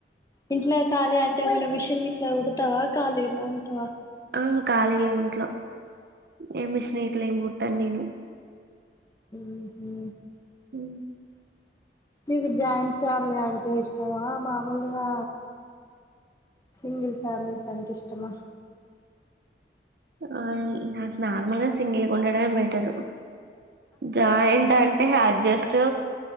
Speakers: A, on the left (about 20°); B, on the right (about 60°).
A: ఇంట్లో ఖాళీ అంటే ఏమైనా మిషన్ గిట్లా కుడతావా ఖాళీగానే ఉంటావా
B: ఆ ఖాళీగే ఇంట్లో ఏం మిషన్ ఇట్లేం కుట్టను నేను
A: ఊహూ
B: ఊ
A: నీకు జాయింట్ ఫ్యామిలీ అంటే ఇష్టమా మామూలుగా సింగిల్ ఫ్యామిలీస్ అంటే ఇష్టమా
B: ఆ నాకు నార్మల్ గా సింగిల్ గుండడమే బెటరు జాయింట్ అంటే అడ్జెస్ట్